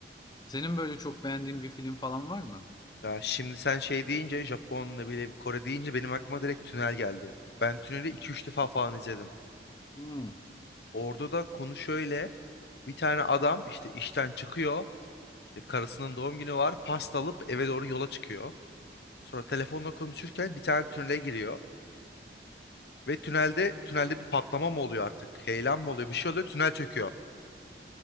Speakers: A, on the left; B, on the left.
A: Senin böyle çok beğendiğin bir film falan var mı?
B: Ya şimdi sen şey deyince Japon ne bileyim Kore deyince benim aklıma direkt tünel geldi. Ben tüneli iki üç defa falan izledim.
A: Hmm.
B: Orada da konu şöyle. Bir tane adam işte işten çıkıyor. İşte karısının doğum günü var. Pasta alıp eve doğru yola çıkıyor. Sonra telefonla konuşurken bir tane tünele giriyor. Ve tünelde tünelde bir patlama mı oluyor artık? Heyelan mı oluyor? Bir şey oluyor. Tünel çöküyor.